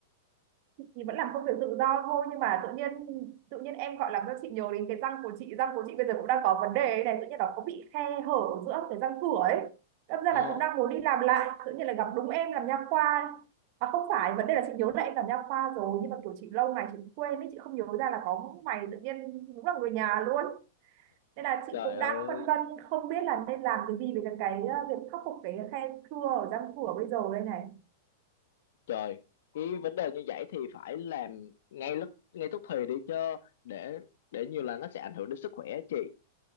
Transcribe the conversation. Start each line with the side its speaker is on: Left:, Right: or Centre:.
Right: chị thì vẫn làm công việc tự do thôi nhưng mà tự nhiên tự nhiên em gọi làm cho chị nhớ đến cái răng của chị, răng của chị bây giờ cũng đang có vấn đề ấy này, tự nhiên nó có bị khe hở ở giữa cái răng cửa ấy. Đâm ra
Left: Ờ,
Right: là cũng đang muốn đi làm lại, tự nhiên là gặp đúng em làm nha khoa. À không phải, vấn đề là chị nhớ là em làm nha khoa rồi nhưng mà kiểu chị lâu ngày chị cũng quên ấy, chị không nhớ ra là có mày tự nhiên đúng là người nhà luôn. nên là chị
Left: trời
Right: cũng
Left: ơi,
Right: đang phân vân không biết là nên làm cái gì về cái, ờ, việc khắc phục cái khe thưa ở răng cửa bây giờ đây này
Left: trời. Cái vấn đề như vậy thì phải làm ngay lúc ngay tức thì đi chứ để để nhiều là nó sẽ ảnh hưởng đến sức khỏe á chị.